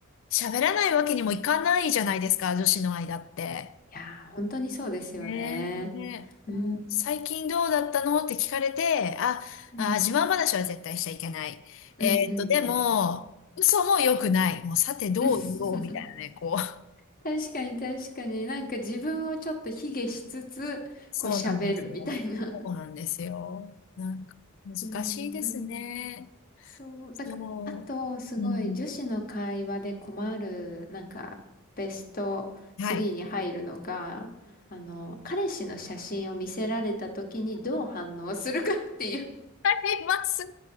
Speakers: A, on the left (about 60°); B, on the left (about 40°).
A: 喋らないわけにもいかないじゃないですか、女子の間って。
B: やー、本当にそうですよね。
A: ねえ、
B: うん。
A: もう最近どうだったのって聞かれて、あ、
B: うん。
A: あ、自慢話は絶対しちゃいけない。
B: うんうんうん。
A: えーっと、でも、
B: うん
A: 嘘も良くない。もうさてどう言おうみたいなね、
B: <laughs>
A: こう。
B: 確かに確かになんか自分をちょっと卑下しつつ、
A: そうなんですよ。
B: こう喋るみたいな。う
A: そうなんですよ。なんか、難しいですね。
B: ーん。なんそう、だから、
A: そ
B: あと、すごい女子の会話で困る、
A: う。うん。
B: なんか、ベスト3に入るのが、
A: はい。
B: あの、彼氏の写真を見せられた時にどう反応するかっていう、
A: あります。